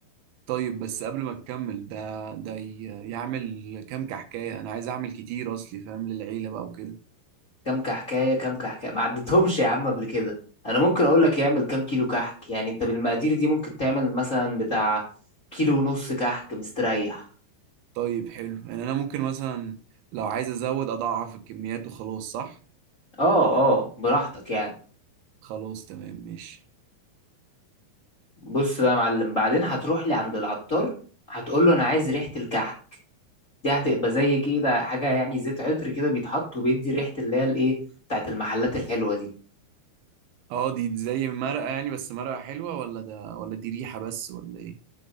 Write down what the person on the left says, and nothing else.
كام كحكايه كام كحكايه ما عدتهمش يا عم قبل كده انا ممكن اقول لك يعمل كام كيلو كحك يعني انت بالمقادير دي ممكن تعمل مثلا بتاع كيلو ونص كحك مستريح
اه اه براحتك يعني
بص بقى يا معلم بعدين هتروح لي عند العطار هتقول له انا عايز ريحه الكحك دي هتبقى زي كده حاجه يعني زيت عطر كده بيتحط وبيدي ريحه اللي هي الايه بتاعت المحلات الحلوه دي